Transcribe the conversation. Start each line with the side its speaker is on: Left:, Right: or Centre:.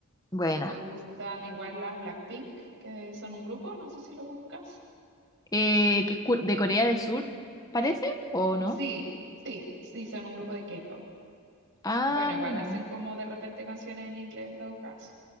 Left: Buena.
Right: Me gustan igual las Blackpink, que son un grupo, no sé si lo ubicas.
Left: Eh, ¿que es cu- de Corea del Sur, parece? ¿O no?
Right: Sí, sí, sí, son un grupo de K-pop.
Left: Ah,
Right: Bueno, igual
Left: mira.
Right: hacen como de repente canciones en inglés en todo caso.